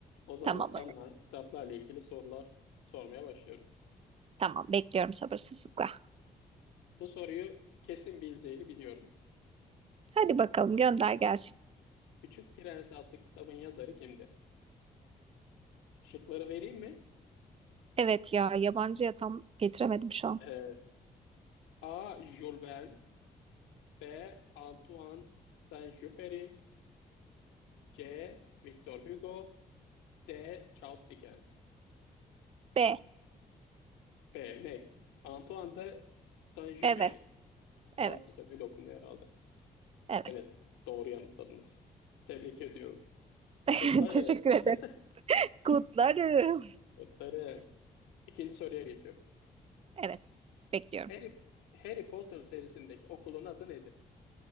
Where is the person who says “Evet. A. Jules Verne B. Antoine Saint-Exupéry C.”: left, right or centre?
Left